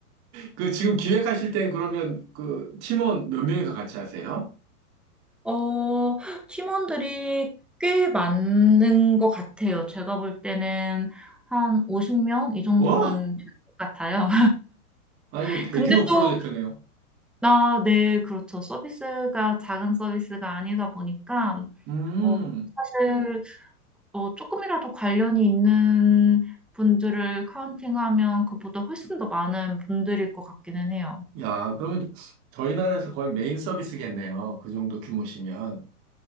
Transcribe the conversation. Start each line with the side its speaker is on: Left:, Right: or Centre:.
Right: 그 지금 기획하실 땐 그러면 그 팀원 몇 명이서 같이 하세요?
Centre: 어, 팀원들이 꽤 많은 것 같아요. 제가 볼 때는 한 50명 이 정도는
Right: 와!
Centre: 될 것 같아요.
Right: 아,
Centre: <laughs>
Right: 이거 대규모
Centre: 근데
Right: 프로젝트네요.
Centre: 또, 나, 네, 그렇죠. 서비스가 작은 서비스가 아니다 보니까,
Right: 음,
Centre: 어, 사실, 어, 조금이라도 관련이 있는 분들을 카운팅하면 그보다 훨씬 더 많은 분들일 것 같기는 해요.
Right: 야, 그러면 저희 나라에서 거의 메인 서비스겠네요. 그 정도 규모시면.